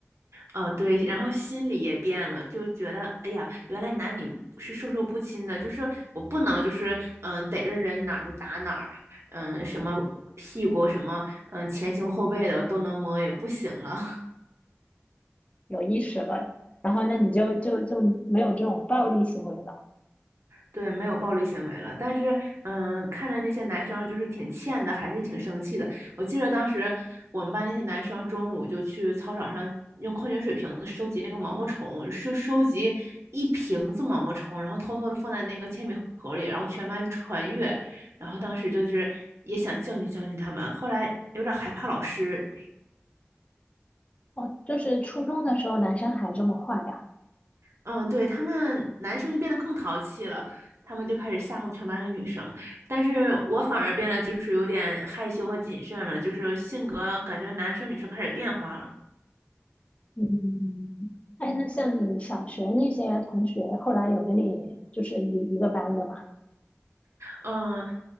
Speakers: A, on the right; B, on the left.
A: 哦，对，然后心里也变了，就觉得，哎呀，原来男女是授受不亲的，就是我不能就是嗯、呃逮着人哪儿就打哪儿，嗯、什么屁股什么嗯、前胸后背的都能摸，也不行了。
B: 有意识了，然后那你就就就没有这种暴力行为了。
A: 对，没有暴力行为了，但是，嗯，看着那些男生就是挺欠的，还是挺生气的。我记得当时我们班那些男生中午就去操场上用矿泉水瓶子收集那个毛毛虫，收收集一瓶子毛毛虫，然后偷偷的放在那个铅笔盒里，然后全班传阅。然后当时就是也想教训教训他们，后来有点害怕老师，
B: 哦，就是初中的时候男生还这么坏呀？
A: 嗯，对，他们男生就变得更淘气了，他们就开始吓唬全班的女生，但是我反而变得就是有点害羞和谨慎了，就是性格感觉男生女生开始变化了。
B: 嗯，哎，那像你小学那些同学，后来有跟你就是一一个班的嘛？
A: 嗯，